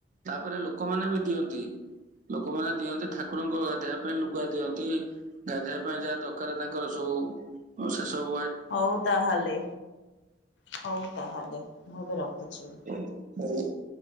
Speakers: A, on the right; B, on the left.
A: ତାପରେ ଲୋକମାନେ ବି ଦିଅନ୍ତି। ଲୋକମାନେ ଦିଅନ୍ତି ଠାକୁର ଙ୍କ ଗାଧେଇବା ପାଇଁ ଲୁଗା ଦିଅନ୍ତି। ଗାଧେଇବା ପାଇଁ ଯାହା ଦରକାର୍ ତାଙ୍କର ସୋ ସେସବୁ
B: ହୋଉ ତାହେଲେ ହୋଉ ତାହେଲେ ମୁଁ ଏବେ ରଖୁଛି।
A: ହେଇ ବଢିଆ।